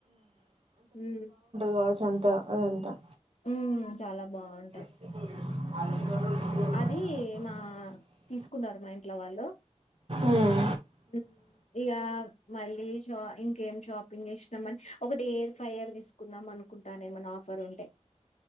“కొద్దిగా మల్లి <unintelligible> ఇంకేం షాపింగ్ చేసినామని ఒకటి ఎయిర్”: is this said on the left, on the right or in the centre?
Left